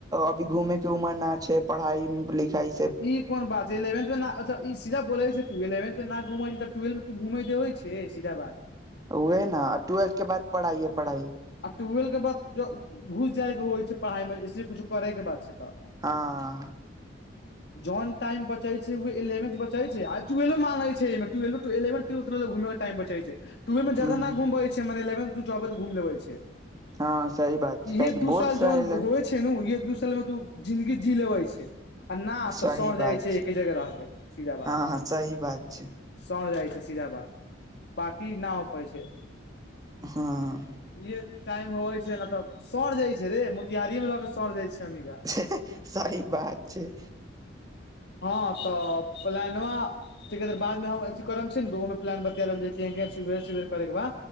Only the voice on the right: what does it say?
अभी घूमे के उमर न छै से पढ़ाइ लिख लिखाई
ओएह न ट्वेल्थ के बाद पढ़ाइए पढ़ाइ
हँ
ह
हँ सही बात छै काहेकि
बोर्ड
स
एलै
सही
बात
हँ हँ सही बात छै
हँ
हे हे सही बात छै